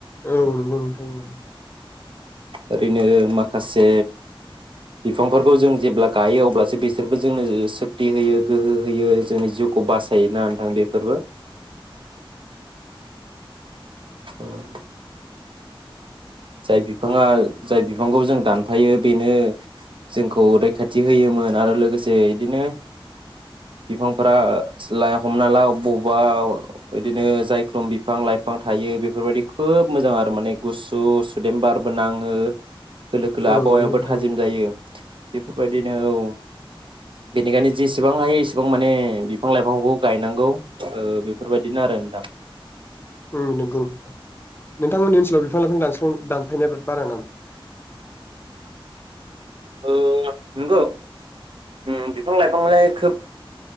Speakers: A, on the left (about 25°); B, on the right (about 65°).
A: औ नंगौ नोंथां नंगौ।
B: ओरैनो माखासे बिफांफोरखौ जों जेब्ला गायो अब्लासो बिसोरबो जोंनो ओ सक्ति होयो गोहो होयो जोंनि जिउखौ बासायो ना नोंथां बे फोरबो उम। जाय बिफाङा जाय बिफांखौ जों दान फायो बेनो जोंखौ रैखाथि होयोमोन आरो लोगोसे बिदिनो बिफांफोरा स्ला हमना ला बबावबा बिदिनो जायख्लुम बिफां लाइफां थायो बेफोरबायदि खोब मोजां आरो माने गुसु सु देम बारबो नाङो खोलो खोलो
A: औ
B: आबहावायाबो
A: नंगौ नोंथां
B: थाजिम
A: नंगौ औ नंगौ नोंथां नंगौ
B: जायो। बेफोरबायदिनो औ बेनिखायनो जेसेबां हायो एसेबां माने बिफां लाइफांखौ गायनांगौ ओ बेफोरबायदिनो आरो नोंथां
A: उम नोंगौ नोंथांमोननि ओनसोलाव बिफां लाइफां दानस्लां दानफायनाया बिराद बारा नामा?
B: औ नोंगौ ओम बिफां लाइफांलाय खोब